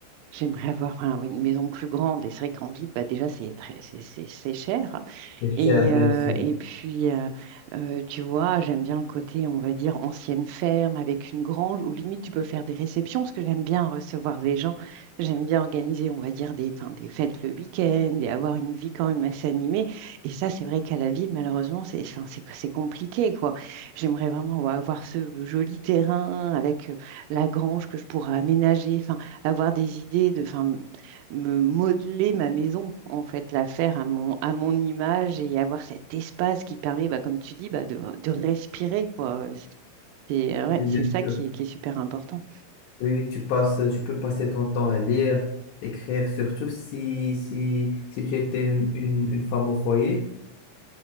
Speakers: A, on the right (about 85°); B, on the left (about 75°).
A: j'aimerais avoir enfin, oui, une maison plus grande. Et c'est vrai qu'en ville, bah, déjà, c'est très, c'est c'est- c'est cher.
B: C'est cher,
A: Et,
B: bien
A: euh,
B: sûr.
A: et puis, euh, euh, tu vois, j'aime bien le côté, on va dire, ancienne ferme avec une grange où limite tu peux faire des réceptions parce que j'aime bien recevoir les gens. J'aime bien organiser, on va dire, des, enfin, des fêtes le week-end et avoir une vie quand même assez animée. Et ça, c'est vrai qu'à la ville, malheureusement, c'est, enfin, c'est, c'est compliqué, quoi. J'aimerais vraiment ouais, avoir ce joli terrain avec euh, la grange que je pourrais aménager, enfin, avoir des idées de, enfin, me modeler ma maison, en fait, la faire à mon, à mon image et avoir cet espace qui permet, bah, comme tu dis, bah, de, de respirer, quoi. C'est euh, ouais,
B: Oui,
A: c'est
B: Bien
A: ça
B: sûr.
A: qui est, qui est super important.
B: Oui, tu passes, tu peux passer ton temps à lire, écrire, surtout si, si, si tu étais une, une une femme au foyer.